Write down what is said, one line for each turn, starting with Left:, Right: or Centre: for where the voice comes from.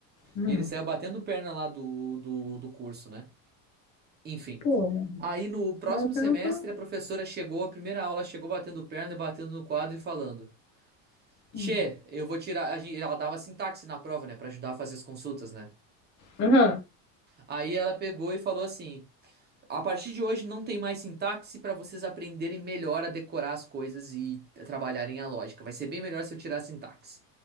Left: aham.
Right: e ele saiu batendo perna lá do, do, do curso, né? Enfim.
Left: Pô, mano,
Right: Aí no próximo
Left: mas
Right: semestre
Left: eu tô...
Right: a professora chegou, a primeira aula chegou batendo perna, e batendo no quadro e falando: Tchê,
Left: Hum.
Right: eu vou tirar. a gen- Ela dava sintaxe na prova, né, Pra ajudar a fazer as consultas, né?
Left: Aham.
Right: Aí ela pegou e falou assim: A partir de hoje não tem mais sintaxe pra vocês aprenderem melhor a decorar as coisas e trabalharem a lógica. Vai ser bem melhor se eu tirar a sintaxe.